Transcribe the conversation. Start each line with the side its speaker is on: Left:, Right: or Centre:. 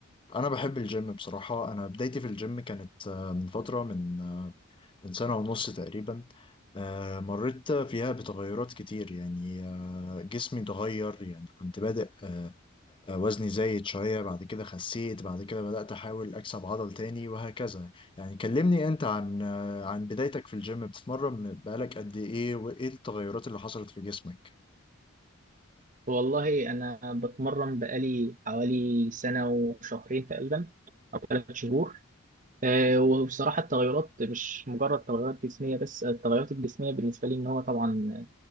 Left: أنا بحب الجيم بصراحة أنا بدايتي في الجيم كانت آه، من فترة من من سنة ونص تقريبا آه، مريت فيها بتغيرات كتير يعني آه، جسمي اتغير يعني كنت بادئ آه، وزني زايد شوية بعد كده خسيت بعد كده بدأت أحاول أكسب عضل تاني وهكذا يعني كلمني أنت عن آه، عن بدايتك في الجيم بتتمرن بقالك قد إيه وإيه التغيرات اللي حصلت في جسمك؟
Right: والله أنا بتمرن بقالي حوالي سنة وشهرين تقريبا أو ثلاث شهور أه وبصراحة التغيرات مش مجرد تغيرات جسمية بس التغيرات الجسمية بالنسبة لي إن هو طبعا